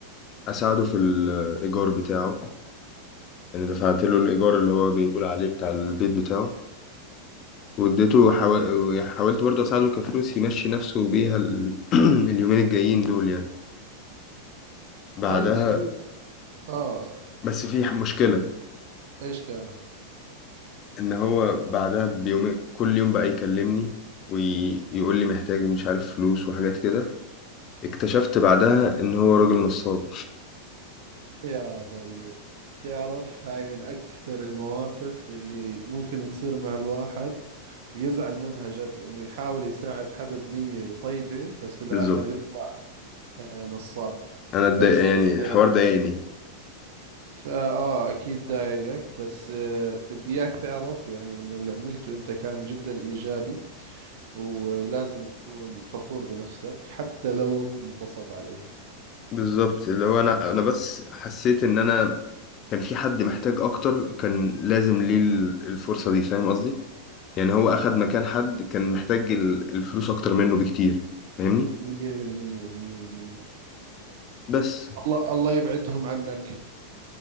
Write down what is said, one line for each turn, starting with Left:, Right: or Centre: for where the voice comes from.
Left: اساعده في الايجار بتاعه يعني دفعت له الايجار اللي هو بيقول عليه بتاع البيت بتاعه واديته حاول... حاولت برضه اساعده كفلوس يمشي نفسه بيها ال... <clears throat> اليومين الجايين دول يعني بعدها
Right: طيب كثير اه
Left: بس في مشكلة
Right: ايش كانت
Left: ان هو بعدها بيوم كل يوم بقى يكلمني ويقول لي محتاج مش عارف فلوس وحاجات كده اكتشفت بعدها ان هو راجل نصاب
Right: يا ضي تعرف هاي من أكثر المواقف اللي ممكن تصير مع الواحد ويزعل منها جد إنه يحاول يساعد حدا بنية طيبة بس بالآخر
Left: بالظبط
Right: يطلع آه، نصاب
Left: انا اتضايق
Right: بس
Left: يعني الحوار
Right: آه،
Left: ضايقني
Right: فآه أكيد ضايقك بس آه، بدي إياك تعرف يعني إنه اللي عملته أنت كان جدا إيجابي ولازم تكون فخور بنفسك حتى لو انتصب عليك
Left: بالظبط اللي هو انا انا بس حسيت ان انا كان في حد محتاج اكتر كان لازم ليه ال- الفرصة دي فاهم قصدي يعني هو اخد مكان حد كان محتاج ال- الفلوس اكتر منه بكتير فاهمني
Right: مية بالمية مية بالمية
Left: بس
Right: الله الله يبعدهم عنك